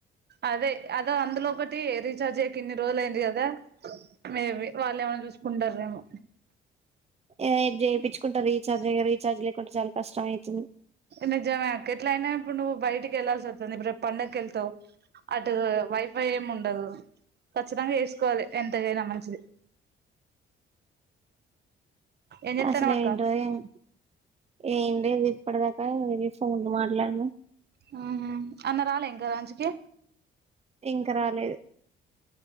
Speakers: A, on the right; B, on the right.
A: అదే అద అందులో ఒకటి రీచార్జ్ జెయ్యక ఇన్ని రోలు అయింది కదా మేబి వాళ్ళు ఏమైన చూసుకుంటారేమో
B: ఏ రేప్ జెపించుకుంటా రీచార్జ్ ఏ కద రీచార్జ్ లేకుంటే చాలా కష్టం అయితుంది
A: నిజమేక్క ఎట్లా అయినా ఇప్పుడు నువ్వు బయటికి ఎళ్లాల్సి వస్తది రేప్ పండక్కి ఎళ్తావ్ అటు వైఫై ఎం ఉండదు ఖచ్చితంగా ఎస్కోవాలి ఎంతగైనా మంచిది ఏం చెత్తన్నావ్
B: అసలు
A: అక్క
B: ఏంటో ఏమో ఏం లేదు ఇప్పటిదాకా ఇదుగో ఫోన్లు మాట్లాడినా
A: హ్మ్ అన్న రాలే ఇంక లంచ్ కి
B: ఇంక రాలేదు